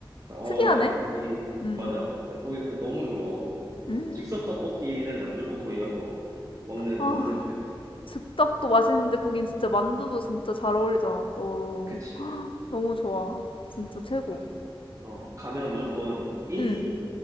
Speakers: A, on the right (about 40°); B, on the left (about 85°).
A: 그래서 어,
B: 특이하네.
A: 난 거기,
B: 음,
A: 맞아. 난 거기 그래서 너무 좋아하고.
B: 음.
A: 즉석 떡볶이는 난 무조건 거기 가서 먹는,
B: 아,
A: 먹는 편이야.
B: 즉석도 맛있는데 거긴 진짜 만두도 진짜 잘 어울리잖아, 또.
A: 그치.
B: 너무 좋아. 진짜 최고.
A: 아, 어, 가면 무조건 1인,
B: 응.